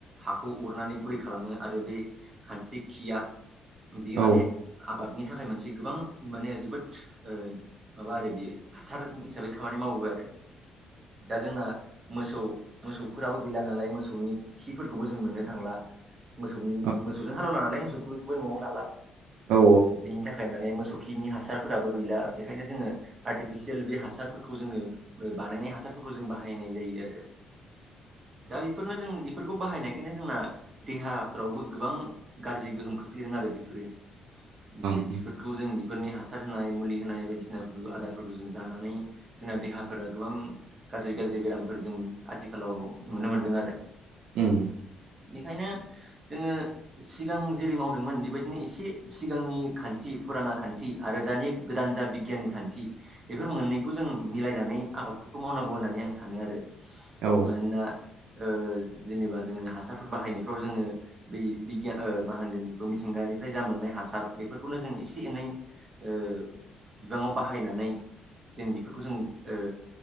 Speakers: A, on the right; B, on the right.
A: हाखौ अरनानै गुरै खालामो आरो बे खानस्रि खिया बियो
B: औ
A: माने आबादनि थाखाय मोनसे गोबां माने जोबोद ओ माबा आरो बियो हासार हिसाबै खामानि मावो आरो। दा जोंना मोसौ मोसौफोराबो गैला नालाय मोसौनि। खिफोरखौबो जों मोननो थांला मोसौनि
B: औ
A: मोसौजों हालेवला नालाय मोसौ खौबो न'आव लाला।
B: औ
A: बेनि थाखाय माने मोसौ खिनि हासारफोराबो गैला बेखायनो जोङो। आर्टिफिसियेल बे हासारफोरखौ जोङो ओ बानायनाय हासारफोरखौ जों बाहायनाय जायो आरो। दा बेफोरनो जों बेफोरखौ बाहायनायखायनो जोंना देहाफोरावबो गोबां गाज्रि गोहोम खोख्लैदों आरो बेफोरो। जेरै
B: ओं
A: बेफोर
B: उम
A: खौ जों बेफोरनि हासार होनाय मुलि होनाय बायदिसिनाफोरखो आदारफोरखो जों जानानै जोंना देहाफोरा गोबां गाज्रि गाज्रि बेरामफोर जों आथिखालाव नुनो मोनदों आरो।
B: उम।
A: बेखायनो जोङो। सिगां जेरै मावदोंमोन बेबायदिनो एसे सिगांनि खान्थि फुराना खान्थि आरो दानि। गोदान जा बिगियाननि खान्थि। बेफोर मोननैखौ जों मिलायनानै आबादफोरखौ मावनांगौ होननानै आं सानो आरो।
B: औ
A: मोनना ओ जेनेबा जोङो हासारफोर बाहायनायफ्राव जोङो। बै बिगियान ओ मा होनगोन बेखौ मिथिंगानिफ्राय जा मोननाय हासार बेफोरखौनो जों एसे एनै। ओ बिबां बाहायनानै जों बेफोरखौ जों ओ।